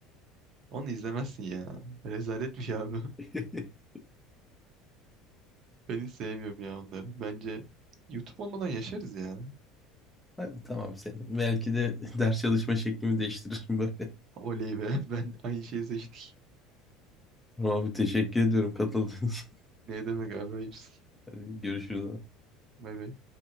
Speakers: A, on the right (about 35°); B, in the centre.
A: Onu izlemezsin ya. Rezalet bir şey abi. <laughs>
B: <laughs>
A: Ben hiç sevmiyorum ya onları. Bence YouTube olmadan yaşarız ya.
B: Hadi tamam sen. Belki de <laughs> ders çalışma şeklimi değiştiririm böyle.
A: Oley be. <laughs> Ben aynı şeyi seçtik.
B: Tamam abi teşekkür ediyorum katıldığın için.
A: Ne demek abi ayıpsın.
B: <laughs> Hadi görüşürüz abi.
A: Bay bay.